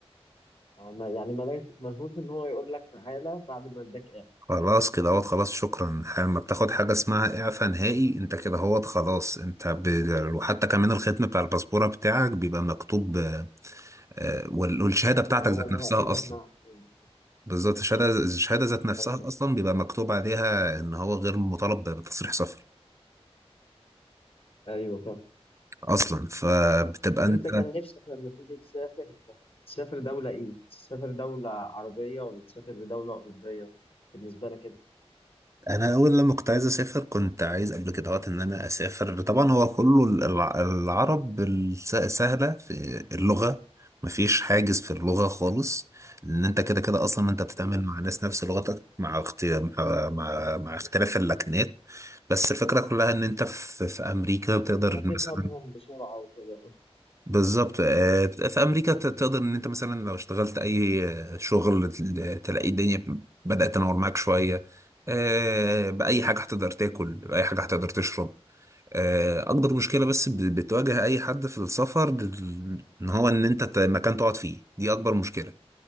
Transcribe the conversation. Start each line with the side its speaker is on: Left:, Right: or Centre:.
Left: آه، ما- يعني ملهوش ملهوش ان هو يقول لك تعالى بعد ما اداك اعفاء
Right: خلاص كده اهوت خلاص شكرا لما بتاخد حاجه اسمها اعفاء نهائي انت كده اهوت خلاص انت ب... وحتى كمان الختم بتاع الباسبوره بتاعك بيبقى مكتوب آه، آه، وال- والشهاده بتاعتك
Left: يبقى هو
Right: ذات
Left: نهائيا
Right: نفسها اصلا
Left: معك يعني.
Right: بالظبط الشهاده الشهاده ذات نفسها
Left: ايوه
Right: اصلا بيبقى مكتوب عليها ان هو غير مطالب بتصريح سفر
Left: ايوه فاهم
Right: اصلا فبتبقى
Left: طب
Right: انت
Left: انت كان نفسك لما تيجي تسافر تسافر دولة ايه؟ تسافر دولة عربية ولا تسافر لدولة أوروبية بالنسبة لك انت؟
Right: انا اول لما كنت عايز اسافر كنت عايز قبل كده وقت ان انا اسافر طبعا هو كله الع- العرب الس- سهله في اللغه مفيش حاجز في اللغه خالص ان انت كده كده اصلا انت بتتعامل
Left: مم.
Right: مع ناس نفس لغتك مع اختي... مع... مع مع اختلاف اللكنات بس الفكره كلها ان انت في, في امريكا بتقدر
Left: هتفهمهم
Right: مثلا
Left: بسرعة وكده
Right: بالظبط آه، في امريكا ت- تقدر ان انت مثلا لو اشتغلت اي آه، شغل تل- تلاقي الدنيا بدأت تنور معاك شويه آه، باي حاجه هتقدر تاكل باي حاجه هتقدر تشرب آه، اكبر مشكله بس
Left: مم.
Right: ب- بتواجه اي حد في السفر ال- ان هو ان انت ت- مكان تقعد فيه دي اكبر مشكله